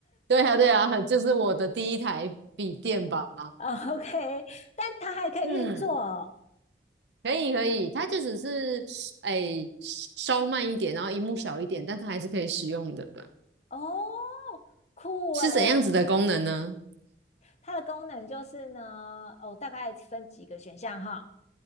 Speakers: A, on the right; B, on the left.
A: 对啊，对啊，<laughs> 就是我的第一台笔电吧。
B: 哦 o k 但它还可以运作哦，
A: 嗯。可以可以，它就只是哎稍慢一点，然后荧幕小一点，但它还是可以使用的。
B: 哦酷诶，
A: 是怎样子的功能呢？
B: 它的功能就是呢，哦，大概分几个选项哈，